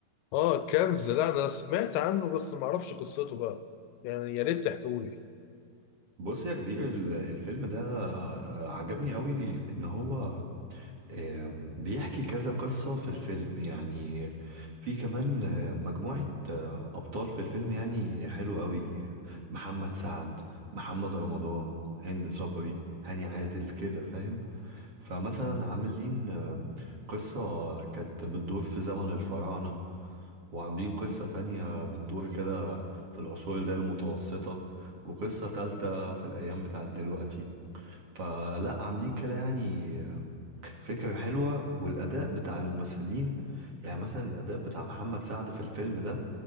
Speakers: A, on the left; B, on the right.
A: اه كنز لا انا سمعت عنه بس ما اعرفش قصته بقى يعني يا ريت تحكولي
B: بص يا كبير ال- الفيلم ده آه عجبني قوي ان هو آه بيحكي كذا قصة في الفيلم يعني في كمان آه مجموعة آه ابطال في الفيلم يعني حلو قوي محمد سعد محمد رمضان هند صبري هاني عادل كده فاهم فمثلا عاملين آه، قصة كانت بتدور في زمن الفراعنة وعاملين قصة تانية بتدور كده في العصور اللي هي المتوسطة وقصة تالتة في الأيام بتاعت دلوقتي فلا عاملين كده يعني آه، فكرة حلوة والأداء بتاع الممثلين يعني مثلا الأداء بتاع محمد سعد في الفيلم ده